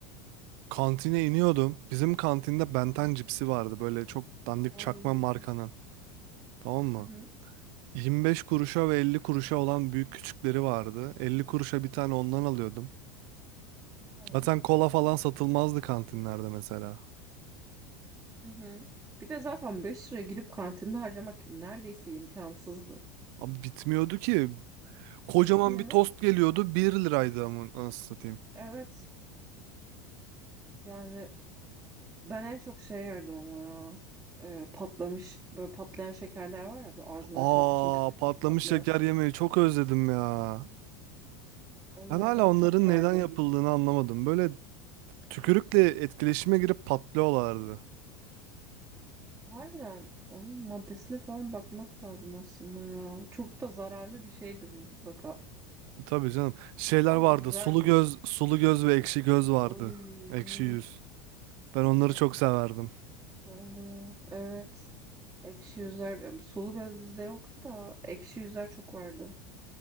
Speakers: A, on the right; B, on the right.
A: Kantine iniyordum. Bizim kantinde Benten
B: Hı hı.
A: cipsi vardı. Böyle çok dandik
B: Ay.
A: çakma markanın. Tamam mı?
B: Hı hı.
A: 25 kuruşa ve 50 kuruşa olan büyük küçükleri vardı. 50 kuruşa bir tane ondan alıyordum.
B: Tamam.
A: Zaten kola falan satılmazdı kantinlerde mesela.
B: Hı hı. Bir de zaten 5 liraya gidip kantinde harcamak neredeyse imkansızdı.
A: Abi bitmiyordu ki. Kocaman
B: Bitmiyor.
A: bir tost geliyordu. bir liraydı ama nasıl satayım.
B: Evet. Yani Ben en çok şey yerdim ama ya. Ee, patlamış böyle patlayan şekerler var ya böyle ağzına
A: Aa
B: şey yapıyorsun tık tık
A: patlamış
B: tık patlıyor.
A: şeker yemeği çok özledim ya.
B: Onlardan
A: Ben hala onların
B: çok yerdim.
A: neden yapıldığını anlamadım. Böyle tükürükle etkileşime girip patlıyorlardı.
B: Harbiden onun maddesine falan bakmak lazım aslında ya. Çok da zararlı bir şeydir mutlaka.
A: Tabii canım. Şeyler
B: Ama
A: vardı.
B: güzeldi.
A: Sulu göz, sulu göz ve ekşi göz vardı.
B: Oy.
A: Ekşi yüz. Ben onları
B: Of
A: çok severdim.
B: güzeldi. Evet. Ekşi yüzler. ya sulu göz bizde yoktu da ekşi yüzler çok vardı.